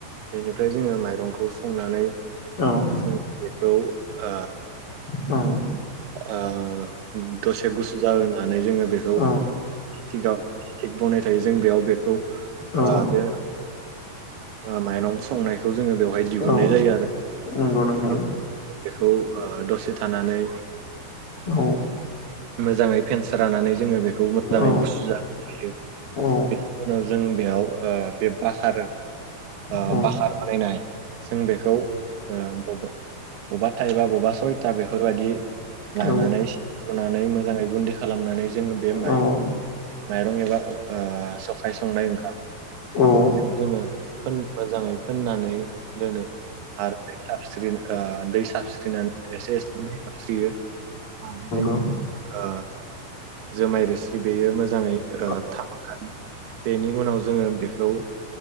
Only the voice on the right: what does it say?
बेनिफ्राय जोङो माइरंखौ संनानै
जों बेखौ ओ
ओ दसे गुसु जाहोनानै जोङो बेखौ
स्टिगाव स्टिग बनाय थायो जों बेयाव बेखौ
ओ बे ओ माइरं संनायखौ जोङो बेवहाय दिहुननाय
जायो आरो।
दि बेखौ ओ दसे थानानै
मोजाङै फेनस्रानानै जोङो बेखौ मोजाङै
गुसु जाहोयो।
बे उनाव जों बेयाव ओ बे भाखारो ओ
भाखार बानायनाय जों बेखौ ओ बबे बबा थाइबा बबा सयथा बेफोरबायदि लानानै
सिफ्रुनानै मोजाङै गुन्दि खालामनानै जोङो बे
माइ माइरं एबा ओ जखाइ संनाय ओंखाम
जोङो फोन मोजाङै फोननानै दोनो। आरो दै साबस्रि ओ दै साबस्रिनानै एसे एसे दै साबस्रियो। जोंनि
ओ जोमाय रोसि बेयो मोजाङै
ओ <unintelligible> बेनि उनाव जोङो बेखौ